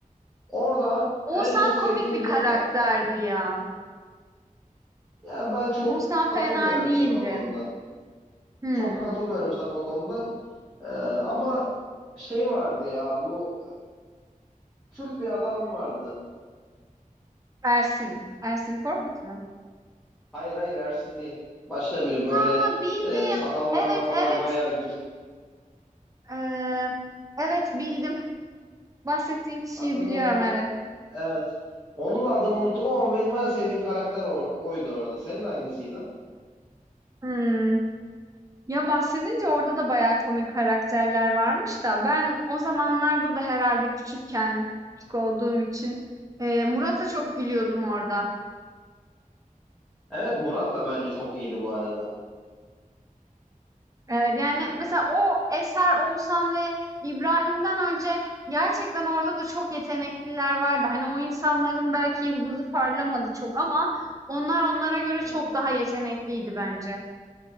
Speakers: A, in the centre; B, on the right.
A: Orada
B: Oğuzhan
A: en çok
B: komik
A: sevdiğim
B: bir karakterdi
A: bu.
B: ya.
A: e, yani ben çok
B: Oğuzhan
A: katılmıyorum
B: fena değildi.
A: sana o konuda.
B: Hmm.
A: Çok katılmıyorum sana o konuda. E, ama şey vardı ya bu Kürt bir adam vardı.
B: Ersin. Ersin Korkut mu?
A: Hayır hayır Ersin değil. Başka biri böyle
B: Ha bildim.
A: e, sakalları
B: Evet
A: makalları
B: evet.
A: bayağı gür.
B: Ee, evet bildim. Bahsettiğin kişiyi
A: Adını
B: biliyorum,
A: o
B: evet.
A: Evet. Onun da adını unuttum ama benim en sevdiğim karakter o- oydu orada. Senin hangisiydi?
B: Hımm. Ya, bahsedince orada da bayağı komik karakterler varmış da ben o zamanlarda da herhalde küçükken, küçük olduğum için, eee, Murat'a çok gülüyordum orada.
A: Evet Murat da bence çok iyiydi bu arada.
B: Evet, yani, mesela o eser Oğuzhan ve İbrahim'den önce gerçekten orada da çok yetenekliler vardı. Hani, o insanların belki yıldızı parlamadı çok ama onlar onlara göre
A: Hı
B: çok
A: hı.
B: daha yetenekliydi bence.